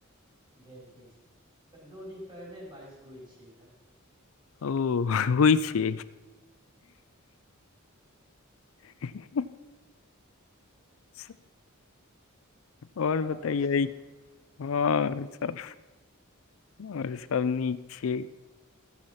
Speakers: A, on the right (about 20°); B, on the left (about 70°).
A: भेल किछु दू दिन पहिले बारिश होइ छै इधर
B: ओ बइ छै <unintelligible> स आओर बताइए
A: बतबै छै ने
B: हँ सब आओर सबब न छै